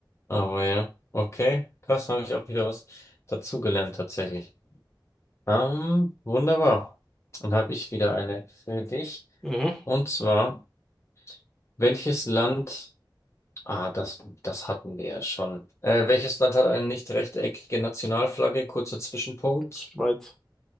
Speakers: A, on the left (about 35°); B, in the centre.
A: Aber ja, okay, krass, habe ich auch wieder was dazugelernt tatsächlich. Ähm, wunderbar. Dann habe ich wieder eine für dich.
B: ja. mhm.
A: Und zwar, welches Land, ah, das, das hatten wir ja schon. Äh, welches Land hat eine nicht rechteckige Nationalflagge? Kurzer Zwischenpunkt.
B: Schweiz.